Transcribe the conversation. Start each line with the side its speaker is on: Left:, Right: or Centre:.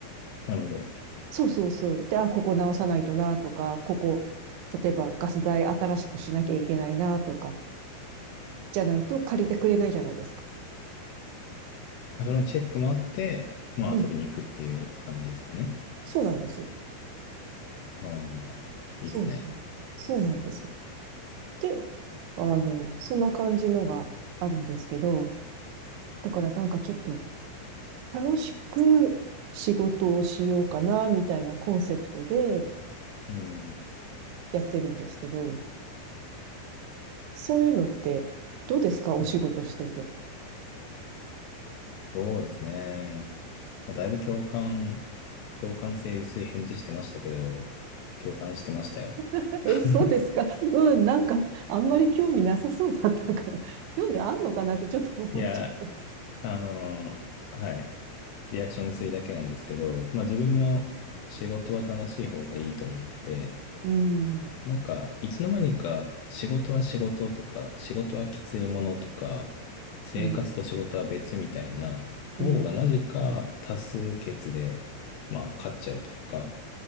Left: なるほど。
Right: そうそうそう。で、あ、ここ直さないとなとか、ここ、例えばガス代新しくしなきゃいけないなとか、じゃないと借りてくれないじゃないですか。
Left: それのチェックもあって、まあ遊びに行くっていう感じですかね。
Right: うん。そうなんですよ。
Left: ああ、いいですね。
Right: そうそう。そうなんです。で、あの、そんな感じのがあるんですけど、だからなんかちょっと楽しく仕事をしようかな、みたいなコンセプトで
Left: うん。
Right: やってるんですけど、そういうのってどうですかお仕事してて。
Left: うん。そうですね。まあ、だいぶ共感、共感性薄い返事してましたけど、共感してましたよ。
Right: <laughs>
Left: <laughs>
Right: え、そうですかうん、なんかあんまり興味なさそうだったから、興味あんのかなってちょっと思っちゃ
Left: いや、あのーはい。リアクション薄いだけなんですけど、まあ自分も仕事は楽しい方がいいと思ってて、
Right: う。うん、
Left: なんか、いつの間にか仕事は仕事とか、仕事はきついものとか、生活と仕事は別みたいな方がなぜか多数決で、
Right: うん、うん、
Left: まあ勝っちゃうというか、